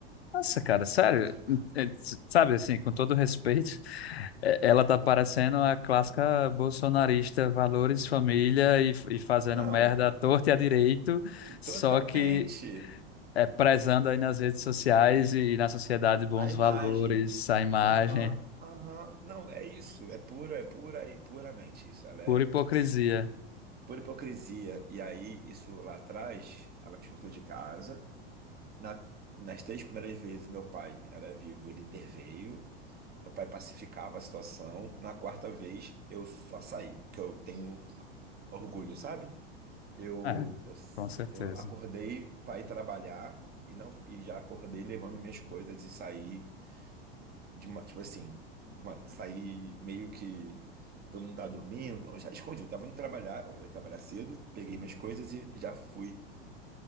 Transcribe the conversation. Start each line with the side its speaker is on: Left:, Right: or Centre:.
Left: Nossa, cara, sério,
Right: <laughs>
Left: é, s- sabe assim, com todo respeito, <laughs> é, ela tá parecendo a clássica bolsonarista, valores, família e, f- e fazendo
Right: Não,
Left: merda à torta e à direito, só
Right: totalmente.
Left: que é prezando aí nas redes sociais e, e na sociedade bons
Right: A imagem.
Left: valores, a imagem,
Right: Aham, aham. Não, é isso. É pura, é pura e puramente isso. Ela é,
Left: pura hipocrisia.
Right: tipo assim. por hipocrisia. E aí, isso lá atrás, ela me expulsou de casa. Na- nas três primeiras vezes, meu pai era vivo, ele interveio. Meu pai pacificava a situação. Na quarta vez, eu só saí, que eu tenho orgulho, sabe? Eu,
Left: É,
Right: eu,
Left: com certeza.
Right: eu acordei para ir trabalhar e não e já acordei levando minhas coisas e saí de ma- tipo assim, de ma- saí meio que todo mundo tava dormindo, não, já escondi, eu tava indo trabalhar, eu ia trabalhar cedo, peguei minhas coisas e já fui